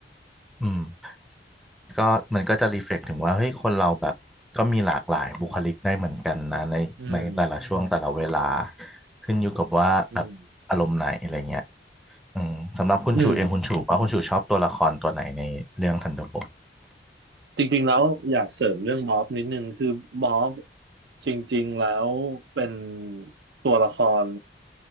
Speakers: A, in the centre; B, on the right.
A: อืมก็มันก็จะรีเฟล็กถึงว่าเฮ้ยคนเราแบบก็มีหลากหลายบุคลิกได้เหมือนกันนะในในแต่ละช่วงแต่ละเวลา
B: อืมอืม
A: ขึ้นอยู่กับว่าแบบอารมณ์ไหนอะไรเงี้ย
B: อืม
A: อืมสำหรับคุณชูเองคุณชูว่าคุณชูชอบตัวละครตัวไหนในเรื่อง
B: อืม
A: Thunderbolt
B: จริงๆแล้วอยากเสริมเรื่องบ๊อบนิดนึงคือบ๊อบจริงๆแล้วเป็นตัวละคร